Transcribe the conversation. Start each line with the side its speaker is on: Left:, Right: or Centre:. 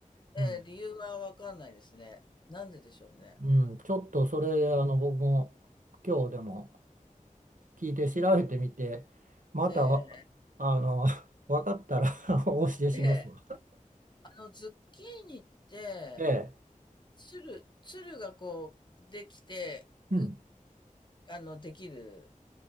Left: ええ、
Right: うん、
Left: 理由はわかんないですね。なんででしょうね。
Right: うん、ちょっとそれ、あの、僕も今日でも聞いて調べてみて、またわ、
Left: ええ、
Right: あの、<laughs> 分かったら <laughs> お教えしますわ。
Left: ええ、あの、ズッキーニって、
Right: ええ、
Left: つる、つるがこう、できて、
Right: うん、
Left: う、あの、できる